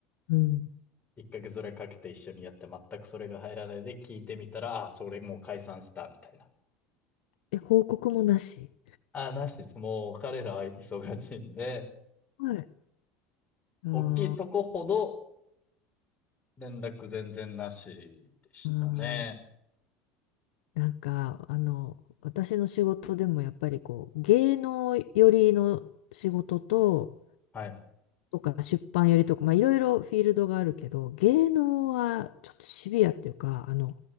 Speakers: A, on the left (about 80°); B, on the left (about 25°).
A: うん
B: 一ヶ月ぐらいかけて一緒にやって全くそれが入らないで聞いてみたら、あそれもう解散した、みたいな。
A: え、報告もなし。
B: ああ、なしです。もう彼らは忙しいんで、
A: はい。あ
B: 大きいとこほど連絡全然なしでしたね。
A: あなんか、あの、私の仕事でもやっぱりこう、芸能寄りの仕事と、
B: はい。
A: とか出版よりとか、まあ、いろいろフィールドがあるけど、芸能はちょっとシビアっていうか、あの、